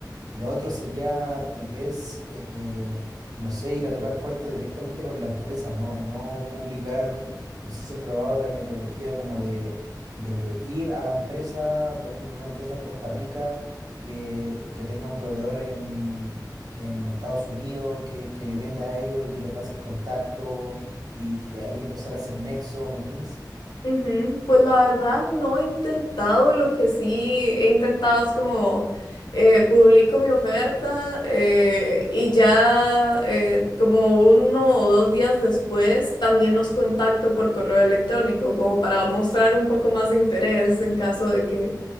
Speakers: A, on the right; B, on the left.
A: Lo otro sería tal vez, eh, eh, no sé, ir a tocar puertas directamente con la empresa, no, no publicar, no sé si has probado la metodología como de, de ir a la empresa, por ejemplo, una empresa en Costa Rica que, que tenga un proveedor en, en Estados Unidos, que, que le venda a ellos y que te pase el contacto y ahí empezar a hacer nexo, ¿me entiendes?
B: Ujú, Pues la verdad no he intentado, lo que sí he intentado es como eh, publico mi oferta eh, y ya eh, como uno o dos días después también los contacto por correo electrónico como para mostrar un poco más de interés en caso de que